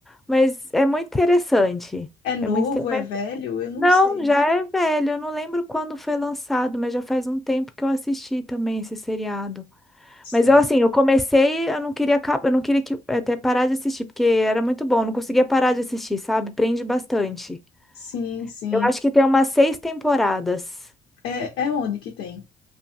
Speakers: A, in the centre; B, on the left.
A: mas é muito interessante.
B: É novo,
A: É muito, inte- mas
B: é velho? Eu não
A: não,
B: sei.
A: já é velho. Eu não lembro quando foi lançado, mas já faz um tempo que eu assisti também esse seriado.
B: Isso
A: Mas
B: é-
A: eu assim, eu comecei, eu não queria, acab- eu não queria que até parar de assistir, porque era muito bom, eu não conseguia parar de assistir, sabe? Prende bastante.
B: Sim, sim.
A: Eu acho que tem umas seis temporadas.
B: É, é onde que tem?